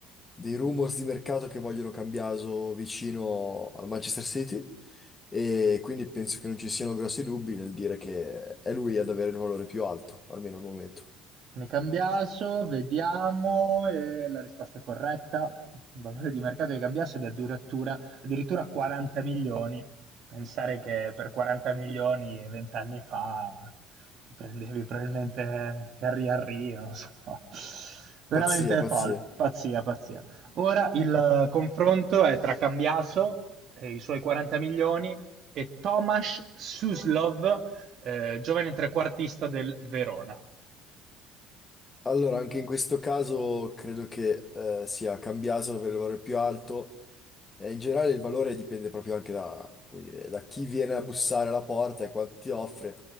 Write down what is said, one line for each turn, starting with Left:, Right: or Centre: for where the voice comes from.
Left: dei rumors di mercato che vogliono Cambiaso vicino al Manchester City e quindi penso che non ci siano grossi dubbi nel dire che è lui ad avere il valore più alto, almeno al momento.
Right: Ne cambiaso, vediamo, e la risposta è corretta. Il valore di mercato di cambiaso è di addirittura, addirittura 40 milioni. Pensare che per 40 milioni vent'anni fa ti prendevi probabilmente Thierry Henry, non so. Veramente
Left: Pazzia, pazzia.
Right: folle, pazzia, pazzia. Ora il confronto è tra Cambiaso e i suoi 40 milioni e Tomasz Suslov, eh, giovane trequartista del Verona.
Left: Allora, anche in questo caso credo che eh, sia Cambiaso ad avere il valore più alto. Eh, In generale il valore dipende proprio anche da, come dire, da chi viene a bussare alla porta e quanto ti offre